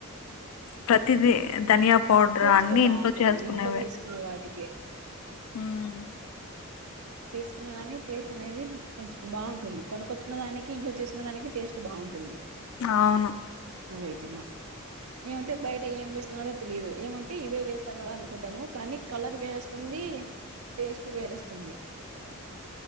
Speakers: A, on the left; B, on the right.
A: ప్రతిదీ ధనియా పౌడర్
B: టేస్ట్
A: అన్ని
B: బాగుంటుంది
A: ఇంట్లో చేసుకునేవే
B: ఇంట్లో చేసుకున్న వాటికే.
A: ఉమ్,
B: చేసుకున్న కానీ టేస్ట్ అనేది కొంచం బాగుంటుంది. కొనకొచ్చుకునే దానికి ఇంట్లో చేసుకునే దానికి టేస్ట్ బాగుంటుంది.
A: అవును.
B: వేయించిన. ఏమంటే బయట ఏం వేస్తున్నారో తెలియదు. ఏమంటే ఇవే వేస్తారు కదా అనుకుంటాము. కానీ కలర్ వేరేవస్తుంది టేస్ట్ వేరేవస్తుంది.